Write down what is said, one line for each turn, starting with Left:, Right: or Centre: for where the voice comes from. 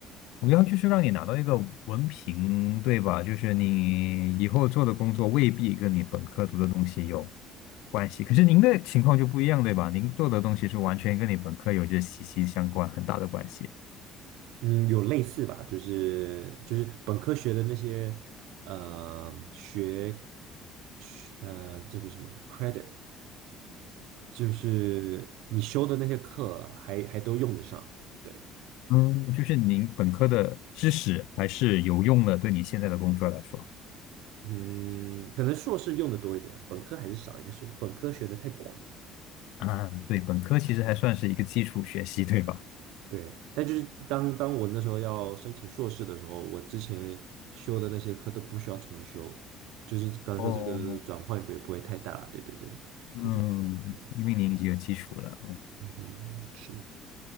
Left: 主要就是让你拿到一个文凭，对吧？就是你以后做的工作未必跟你本科读的东西有关系。可是您的情况就不一样，对吧？您做的东西是完全跟你本科有着息息相关，很大的关系。
Right: 嗯有类似吧，就是就是本科学的那些呃学学呃叫做什么 credit，就是你修的那些课还还都用得上。对，
Left: 嗯，就是您本科的知识还是有用的，对你现在的工作来说。
Right: 嗯，可能硕士用的多一点，本科还是少一点，是本科学的太广。
Left: 啊，对，本科其实还算是一个基础学习，对吧？
Right: 对，但就是当当我那时候要申请硕士的时候，我之前修的那些课都不需要重修，就是比方说这个转换也不会不会太大了。
Left: 哦，
Right: 对对对，
Left: 嗯，
Right: 可以这么说。嗯
Left: 因为您已经有基础了，
Right: 嗯哼，是。